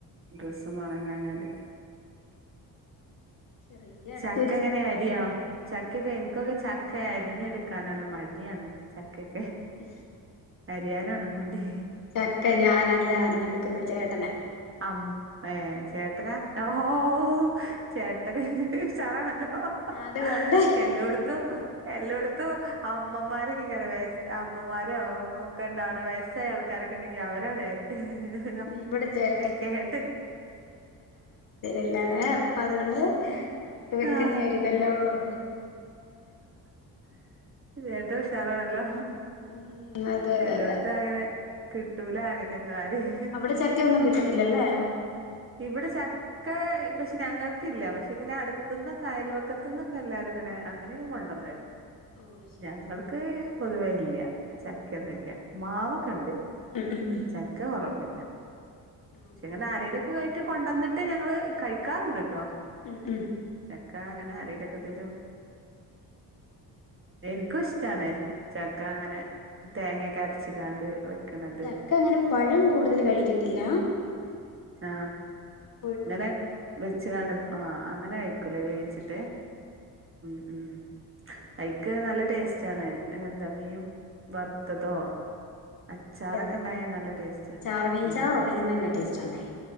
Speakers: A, on the right (about 30°); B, on the left (about 50°).
A: ഡ്രസ്സന്ന് ഒണങ്ങാഞ്ഞാല്.
B: ചെറിയ ഇടക്കൊരു
A: ചക്ക ങ്ങനെ അരിയൊ. ചക്കക്കെ എനിക്കൊക്കെ ചക്ക അരിഞ്ഞെടുക്കാനാണ് മടിയാണ്. ചക്കക്കെ.
B: ഉം'
A: അരിയാനാണ് മടി.
B: ചക്ക ഞാനല്ല അറിഞ്ഞെടുക്കുന്നത്. ചേട്ടന
A: ആം ഏഹ് ചേട്ടനാ. ഓഹ് ഓഹ് ഓഹ് ചേട്ടന് ഷാറാണല്ലോ.
B: അതുകൊണ്ട്
A: ഹെഹ് എല്ലോടത്തും. എല്ലോടത്തും അമ്മമാരക്കീ കാരം വേ അമ്മമാരൊ ക്കെ ഇണ്ടാവണ. വയസ്സായ ആൾക്കാരൊക്കെ ണ്ടെങ്കി അവരാണ്. ഹേ ഹേ ഹേ
B: നീ ഇവിട്ത്തെ ഏട്ടൻ
A: കേട്ട്
B: എല്ലാ അപ്പൊ അതുകൊണ്ട് നമുക്ക് വെക്കുന്ന
A: ആഹ്
B: ഒര് ഇതെല്ലാ ഉള്ളു
A: ചേട്ടൻ ഉഷാറാണല്ലോ
B: ഉം അതെ അതെ
A: എല്ലോട്ത്തും
B: അതെ
A: അങ്ങനെ കിട്ടൂല അങ്ങനെഒന്നും ആരേം
B: അവിടെ ചക്കയൊന്നും കിട്ടത്തില്ലല്ലേ
A: ഇവിടെ ചക്ക പക്ഷെ ഞങ്ങൾക്കല്ല പക്ഷെ ഇങ്ങനെ അടു ന്നൊക്ക അയൽവക്കത്തുന്നൊക്കെ എല്ലാരും ഇങ്ങനെ അങ്ങനെയൊക്കെ കൊണ്ടന്നരും
B: ഓ ശരി
A: ഞങ്ങൾക്ക് ക്ക് പൊതുവേ അത്ല്ല ചക്കൊന്നും ഇല്ല. മാവൊക്കെ ഉണ്ട്.
B: ഉം ഉം ഉം
A: ചക്ക കുറവില്ല
B: ആ
A: അങ്ങനെ ആരേലൊക്കെ ആയിട്ട് കൊണ്ടുവന്നിട്ട് ഞങ്ങള് കഴിക്കാറുണ്ട്ട്ടോ
B: ഉം ഉം
A: ചക്ക അങ്ങനെ ആരേലൊക്കെ തരും എനിക്കും ഇഷ്ടാണ് ചക്ക അങ്ങനെ തേങ്ങൊക്കെ അരച് കാണ്ട് വെക്ണത്
B: ക്ക അങ്ങനെ പഴം കൂടുതൽ കഴിക്കത്തില്ല
A: ആഹ്
B: ഉ
A: ഇങ്ങനെ വെച്ച്കാണ്ട് ആ അങ്ങനെ കയിക്കൂലേ
B: അതാവുമ്പോ
A: വേവിച്ചിട്ട്
B: ഇഷ്ടം
A: മം മം
B: ഉം
A: അതിക്ക് നല്ല ടേസ്റ്റ് സ്റ്റാണ് എന്താ മീൻ വറുത്തതോ അച്ചാറൊക്കെ
B: അതെ അതെ
A: ഉണ്ടായാ
B: അതെ
A: നല്ല ടേസ്റ്റ്.
B: ചാറുമീൻ
A: ആഹ്
B: ചാറുണ്ടെങ്കി നല്ല ടേസ്റ്റാണേ